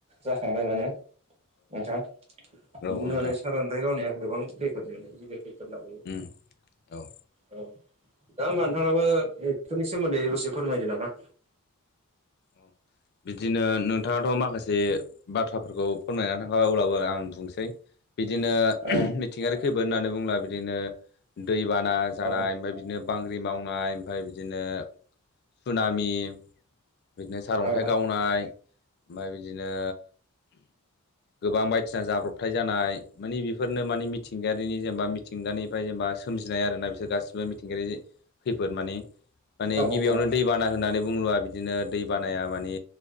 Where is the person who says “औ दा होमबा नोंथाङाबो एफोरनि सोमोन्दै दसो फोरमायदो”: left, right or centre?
Right